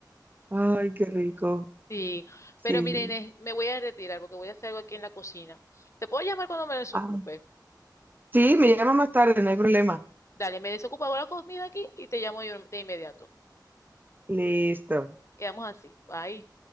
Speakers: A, on the right (about 25°); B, on the left (about 40°).
A: Ay, qué rico.
B: Sí,
A: Sí.
B: pero miren, Inés, me voy a retirar porque voy a hacer algo aquí en la cocina. Te puedo llamar cuando me desocupe.
A: Ah, sí, me llama más tarde, no hay problema.
B: Dale, me desocupo, hago la comida aquí y te llamo yo de inmediato.
A: Listo.
B: Quedamos así. Bye.